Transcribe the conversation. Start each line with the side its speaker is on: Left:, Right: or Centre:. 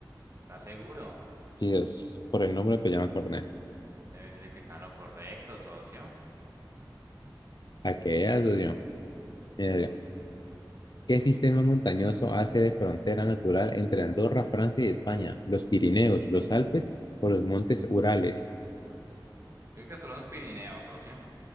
Right: ¿Estás seguro?
Left: Sí, es por el nombre, pues ya me acordé.
Right: Debe decirle que está en lo correcto, socio.
Left: Aquella, Dios mío. Mira yo. ¿Qué sistema montañoso hace de frontera natural entre Andorra, Francia y España? ¿Los Pirineos, los Alpes o los Montes Urales?
Right: Creo que son los Pirineos, socio.